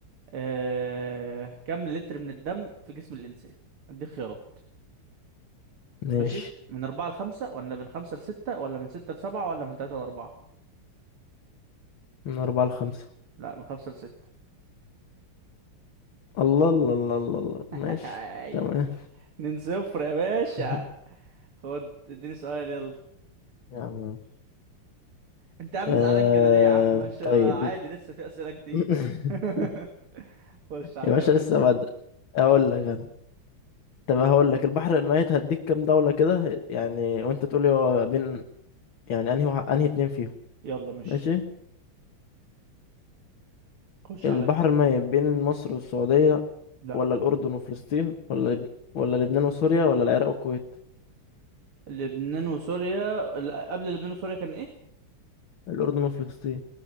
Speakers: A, on the right; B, on the left.
A: آه... كم لتر من الدم في جسم الانسان اديك خيارات
B: ماشي
A: ماشي من أربعة لخمسة ولا من خمسة لستة ولا من ستة لسبعة ولا من تلاتة لأربعة
B: من أربعة لخمسة
A: لا من خمسة لستة
B: الله الله الله الله الله
A: <laughs>
B: ماشي تمام
A: اتنين صفر يا باشا
B: <laughs>
A: خد اديني سؤال يلا
B: يا عم
A: انت يا عم
B: آه...
A: زعلان كده ليه يا عم مش بقى
B: طيب
A: عادي لسه في أسئلة كتير
B: <laughs>
A: <laughs> خش عليا
B: يا باشا
A: يا باشا
B: لسه بدري اقول لك انا طب هقول لك البحر الميت هديك كام دولة كده يعني وانت تقولي هو بين يعني انهي واحد- انهي اتنين فيهم
A: يلا ماشي
B: ماشي
A: خش
B: البحر
A: عليا
B: الميت بين مصر والسعودية
A: لا
B: ولا الأردن وفلسطين ولا لبن... ولا لبنان وسوريا ولا العراق والكويت
A: لبنان وسوريا ال- قبل لبنان وسوريا كان ايه؟
B: الأردن وفلسطين